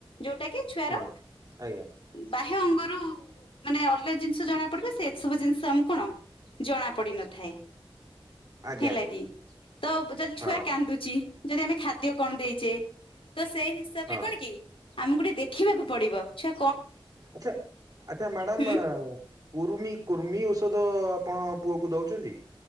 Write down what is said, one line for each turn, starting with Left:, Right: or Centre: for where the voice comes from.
Left: ଯୋଉଟା କି ଛୁଆର
Right: ହୁଁ ଆଜ୍ଞା
Left: ବାହ୍ୟ ଅ ଆଗରୁ ମାନେ ଅଲ ଜିନିଷ ଜଣା ପଡିବେ ସେ ସବୁ ଜିନିଷ ଆମ କଣ ଜଣା ପଡି ନଥାଏ।
Right: ଆଜ୍ଞା
Left: ହେଲା କି ତ ଯଦି ଛୁଆ
Right: ହଁ
Left: କାନ୍ଦୁଚି। ଯଦି ଆମେ ଖାଦ୍ୟ କଣ ଦେଇଚେ। ତ ସେଇ ହିସାବ
Right: ହଁ
Left: ରେ କଣ କି? ଆମକୁ ଗୋଟେ ଦେଖିବାକୁ ପଡିବ ଛୁ
Right: ଆଚ୍ଛା ଆଚ୍ଛା ମ୍ୟାଡ଼ାମ
Left: ହୁଁ
Right: କୁରୁର୍ମି କୁର୍ମି ଔଷଧ ଆପଣ ପୁଅ କ ଦଉଛନ୍ତି।